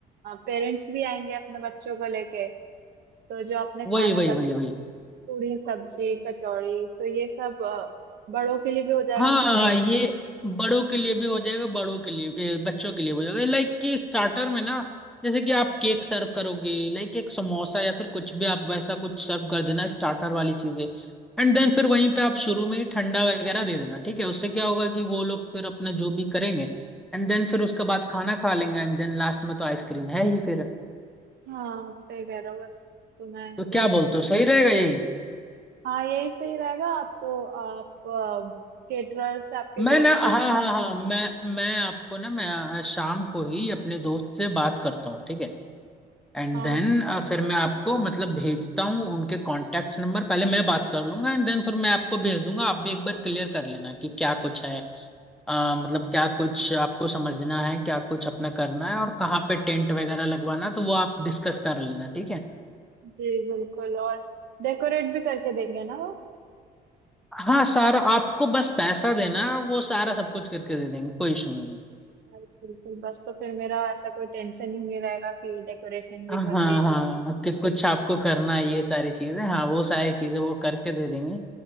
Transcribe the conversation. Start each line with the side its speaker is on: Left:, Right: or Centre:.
Right: पेरेंट्स भी आएंगे अपने बच्चों को लेके तो जो आपने खाना
Centre: वही वही
Right: बताया
Centre: वही वही
Right: पूरी सब्जी कचौड़ी तो ये सब अ, बड़ों के लिए भी हो जाएगा
Centre: हाँ
Right: उनका
Centre: हाँ
Right: पेट
Centre: ये
Right: भर
Centre: बड़ों के लिए भी हो जाएगा बड़ों के लिए ए, बच्चों के लिए भी हो जाएगा लाइक कि स्टार्टर में ना जैसे कि आप केक सर्व करोगे लाइक एक समोसा या फिर कुछ भी आप वैसा कुछ सर्व कर देना स्टार्टर वाली चीजें एंड देन फिर वहीं पे आप शुरू में ही ठंडा वगैरह दे देना ठीक है उससे क्या होगा कि वो लोग फिर अपना जो भी करेंगे एंड देन फिर उसके बाद खाना खा लेंगे एंड देन लास्ट में तो आइसक्रीम है ही फिर
Right: हाँ सही कह रहे हो बस तो मैं
Centre: तो
Right: फिर
Centre: क्या बोलते हो सही रहेगा यही
Right: हाँ यही सही रहेगा तो आप केटरर से आपके
Centre: मैं
Right: दोस्त
Centre: ना हाँ
Right: कर
Centre: हाँ हाँ मैं मैं आपको ना मैं आ, शाम को ही अपने दोस्त से बात करता हूँ ठीक है एंड
Right: आप
Centre: देन फिर मैं आपको मतलब भेजता हूँ उनके कॉन्टैक्ट नंबर पहले मैं बात कर लूंगा एंड देन फिर मैं आपको भेज दूंगा आप भी एक बार क्लियर कर लेना कि क्या कुछ है आ, मतलब क्या कुछ आपको समझना है क्या कुछ अपना करना है और कहाँ पे टेंट वगैरह लगवाना है, तो वो आप डिस्कस कर लेना ठीक है
Right: जी बिल्कुल और डेकोरेट भी करके देंगे ना वो
Centre: हाँ सारा आपको बस पैसा देना है, वो सारा सब कुछ करके दे देंगे कोई इशू नहीं है
Right: हाँ, बिल्कुल बस तो फिर मेरा ऐसा कोई टेंशन ही नहीं रहेगा कि डेकोरेशन भी
Centre: हाँ
Right: करो
Centre: हाँ
Right: ये भी
Centre: हाँ, कि कुछ आपको करना है ये सारी चीजें हाँ वो सारी चीजें वो करके दे देंगे